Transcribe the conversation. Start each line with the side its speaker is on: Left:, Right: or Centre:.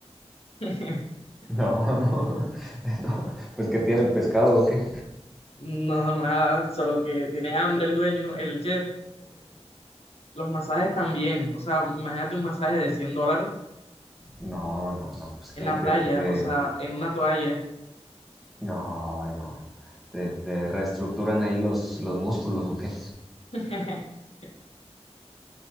Left: <laughs>
Centre: No, no, <laughs> no, pues qué tiene el pescado o qué.
Left: No, nada, solo que tiene hambre el dueño, el chef. Los masajes también, o sea, imagínate un masaje de 100 dólares
Centre: No, no, no, pues que
Left: en la
Centre: te,
Left: playa,
Centre: te,
Left: o sea, en una toalla.
Centre: no, ay, no, te, te reestructuran ahí los, los músculos o qué.
Left: <laughs>